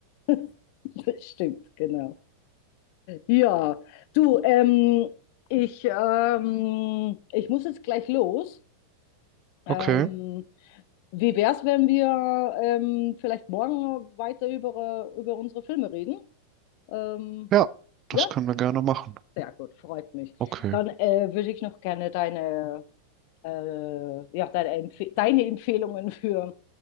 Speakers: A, on the left; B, on the right.
A: <laughs> das stimmt, genau. Ja, du, ähm, ich, ähm, ich muss jetzt gleich los. Ähm,
B: Okay,
A: wie wär's, wenn wir ähm, vielleicht morgen weiter über, äh, über unsere Filme reden? Ähm,
B: ja, das
A: ja.
B: können wir gerne machen.
A: Sehr gut, freut mich.
B: Okay.
A: Dann äh, würde ich noch gerne deine, äh, ja, deine, Empfe deine Empfehlungen für,